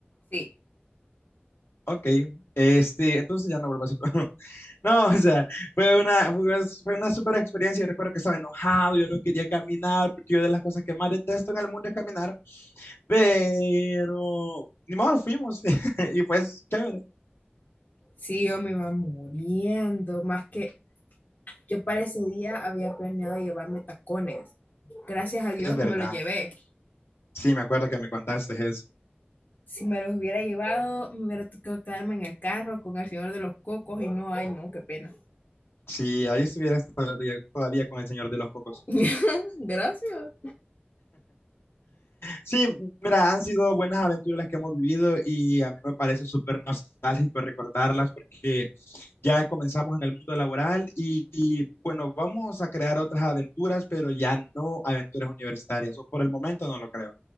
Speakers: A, on the left; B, on the left.
A: Sí,
B: Ok, este, entonces ya no vuelvo a decir. <laughs> No, <laughs> o sea, fue una, fue una fue una super experiencia. Yo recuerdo que estaba enojado, yo no quería caminar, porque yo de las cosas que más detesto en el mundo es caminar, pero ni modo, fuimos. <laughs> Y pues, chévere.
A: sí, yo me iba muriendo, más que yo para ese día había planeado llevarme tacones. Gracias a Dios
B: Es
A: no
B: verdad.
A: me los llevé.
B: Sí, me acuerdo que me contaste eso.
A: Si me los hubiera llevado, me hubiera tocado quedarme en el carro con el señor de los cocos y no, ay, no, qué pena.
B: Sí, ahí estuviera todavía, todavía con el señor de los cocos.
A: <laughs> Gracias.
B: Sí, mira, han sido buenas aventuras las que hemos vivido y a mí me parece súper nostálgico recordarlas porque ya comenzamos en el mundo laboral y, y, bueno, vamos a crear otras aventuras, pero ya no aventuras universitarias, o por el momento no lo creo.